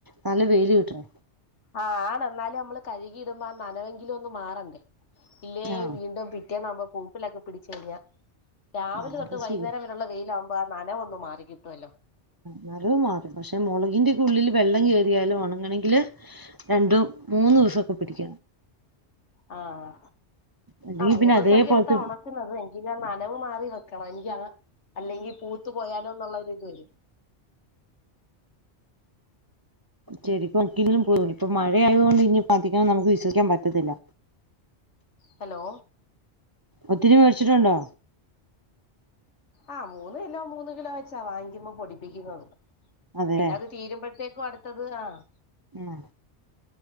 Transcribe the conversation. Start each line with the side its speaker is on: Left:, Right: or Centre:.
Right: നല്ല വെയില് കിട്ടണ
Left: ആഹ് എന്നാലും നമ്മള് കഴുകിയിടുമ്പോ ആ നനവെങ്കിലും ഒന്നും മാറണ്ടേ ഇല്ലേ
Right: ആ
Left: വീണ്ടും പിറ്റേനാവുമ്പം പൂപ്പലൊക്കെ പിടിച്ച് കഴിഞ്ഞ രാവിലെ
Right: ആ
Left: തൊട്ട്
Right: അത്
Left: വൈകുന്നേരം
Right: ശരി
Left: വരെയുള്ള വെയിലാവുമ്പോ ആ നനവ് ഒന്നും മാറി കിട്ടുവല്ലോ
Right: മരവ് മാറും പക്ഷെ മുളകിന്റെ ഉള്ളില് വെള്ളം കയറിയാലും ഉണങ്ങണെ ങ്കില് രണ്ടും മൂന്നും ദിവസൊക്കെ പിടിക്കണം
Left: ആഹ്
Right: അല്ലെങ്കി
Left: ആഹ് മൂന്ന്
Right: പിന്നെ
Left: ദിവസൊക്കെ
Right: അതേപോലത്തെ
Left: എടുത്താ ഉണക്കുന്നത് എങ്കിലും ആ നനവ് മാറി വെ ക്കണം എനിക്ക് അതാ അല്ലെങ്കി പൂത്തു പോയാലോന്നുള്ള ഒരു പേടി
Right: ശരിക്കും ഒരിക്കലും ഇപ്പൊ മഴ ആയതുകൊണ്ട് ഇനി നമുക്ക് വിശ്വിക്കാൻ പറ്റത്തില്ല
Left: ഹലോ
Right: ഒത്തിരി മേടിച്ച്ട്ടുണ്ടോ
Left: ആഹ് മൂന്ന് കിലോ മൂന്ന് കിലോ വെച്ചാ വാങ്ങിക്കുമ്പോ പൊടിപ്പിക്കുന്നത്
Right: അതെ
Left: പിന്നെ അത് തീരുമ്പോഴത്തേക്കും അടുത്തത് ആഹ്
Right: ഉം